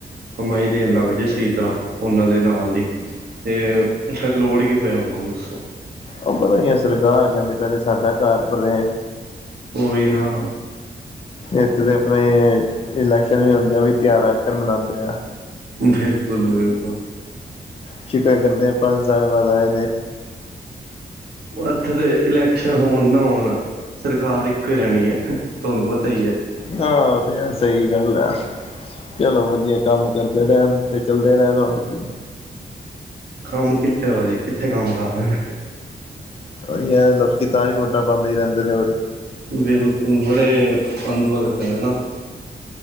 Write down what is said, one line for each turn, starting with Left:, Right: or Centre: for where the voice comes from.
Right: ਕਮਾਈ ਦੇਣ ਲੱਗ ਜਏ ਸਹੀ ਤਰ੍ਹਾਂ ਉਹਨਾਂ ਦੇ ਨਾਲ ਦੀ ਤੇ ਫਿਰ ਲੋੜ ਕੀ ਪਿਆ ਉਹਨਾ ਨੂੰ ਦੱਸੋ?
Left: ਉਹ ਭਤਾ ਸਰਕਾਰ ਕਹਿੰਦੇ ਪਹਲੇ ਸਾਡਾ ਘਰ ਭਰੇ
Right: ਉਹੀ ਨਾ
Left: ਇੱਥੇ ਤੇ ਆਪਣੇ ਇਲੈਕਸ਼ਨ ਵੀ ਹੁੰਦੇ ਆ ਵੀ ਤਿਉਹਾਰਾ ਫਿਰ ਵਿਚ ਮਨਾਉਂਦੇ ਆ।
Right: ਬਿਲਕੁਲ, ਬਿਲਕੁਲ।
Left: ਸ਼ਟਾ ਕਰਦੇ ਹ ਪੰਜ ਸਾਲ ਬਾਅਦ ਆਏ ਨ
Right: ਇੱਥੇ ਦੇ ਇਲੈਕਸ਼ਨ ਹੋਣ ਨਾ ਹੋਣ ਸਰਕਾਰ ਇੱਕੋ ਹੀ ਰਹਿਣੀ ਹੈ ਤੁਹਾਨੂੰ ਪਤਾ ਹੀ ਹੈ।
Left: ਹਾਂ ਉਹ ਤੇ ਹੈ ਸਹੀ ਗੱਲ ਆ ਚਲੋ ਵਧੀਆ ਕੰਮ ਕਰਦੇ ਰਹਿਣ ਤੇ ਚੱਲ ਤੇ ਰਹਿਣਾ ਹੋਰ ਕੀ
Right: ਕੰਮ ਕਿੱਥੇ ਹੋ ਜੀ ਕਿੱਥੇ ਕੰਮ ਕਰ ਰਹੇ ਨੇ
Left: ਹੀ ਲੋਕੀ ਤਾਂ ਵੀ ਵੋਟਾਂ ਪਾਉਂਦੇ ਹੀ ਰਹਿੰਦੇ ਨੇ
Right: ਬਿਲਕੁਲ ਬੜੇ ਅੰਦਰੋ ਗਤੇ ਨਾ